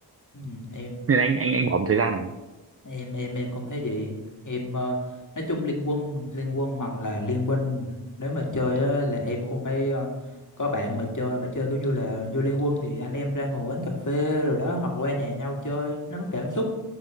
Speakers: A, on the left (about 50°); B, on the right (about 35°).
A: Ừ, em
B: nên là anh anh anh bỏ một thời gian rồi
A: em em em cũng thấy vậy em ờ, nói chung Liên Quân Liên Quân hoặc là Liên Minh nếu mà chơi á, là em cũng phải ờ, có bạn mà chơi mà chơi kiểu như là như Liên Quân thì anh em ra ngồi quán cà phê rồi đó hoặc qua nhà nhau chơi nó có cảm xúc